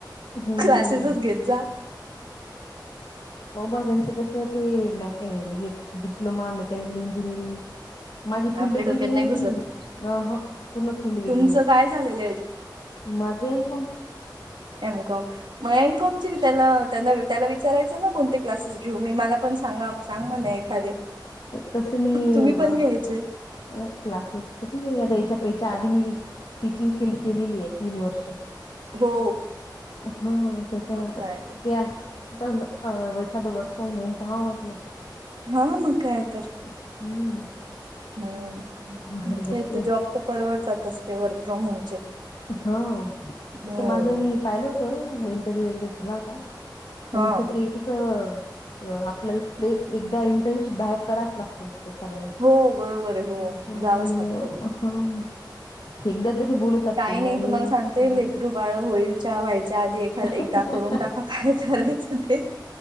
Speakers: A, on the left; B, on the right.
A: हम्म
B: क्लासेसच
A: हम्म
B: घेत जा
A: ओ बा त्यांचं कसं ते मॅक म्हणजे डिप्लोमा मेकॅनिकल इंजिनिअरिंग <inaudible> माझी फिल्डच
B: आपल्या डोक्यात
A: वेगळी आहे
B: नाही घुसत
A: ती अ पूर्ण फिल्ड वेगळी
B: तुमचं
A: आहे
B: काय झालेलं
A: माझा एम
B: एमकॉम मग एमकॉम की त्याला त्यांना त्याला विचारायचं ना कोणते क्लासेस घेऊ मी मला पण सांगा सांग म्हणे एखादे.
A: तस मी
B: तुम्ही पण
A: वर्क
B: घ्यायचे
A: फ्रॉम. अ य क्लासेस तर ठीक आहे मी आता याच्या पेच्या आधी मी टीचिंग फीलड केलेली आहे तीन वर्ष.
B: हो
A: हा त्याच्याता
B: मग काय तर
A: ते असं. आता एखादं वर्क फ्रॉम होम पहा म्हटलं.
B: हा म काय यतर.
A: हम्म.
B: हम
A: घर
B: ते
A: बसल्या
B: तर जॉब तर परवर जात असते वर्क फ्रॉम होमचे.
A: हो
B: हम्म
A: तसं माझं मी पाहिलं होतं इंटरव्ह्यू वगैरे झाला होता. पण
B: हा
A: इथे ते कसं आपल्याला प्ले एकदा इंटर्नशिप बाहेर कराच लागत. एक एखाद्यास
B: हो बरोबर आहे हो
A: त्यामुळे
B: जावंच लागतं
A: हो.
B: एकदा
A: हा एकदा तरी बोलतात.
B: काय
A: ते मग
B: नाही
A: आणि
B: तुम्हाला सांगते
A: हम्म
B: लेकरू बाळ होळीच्या व्हायच्या आधी एखा
A: हम्म
B: एकदा करून टाका काय करायचं ते.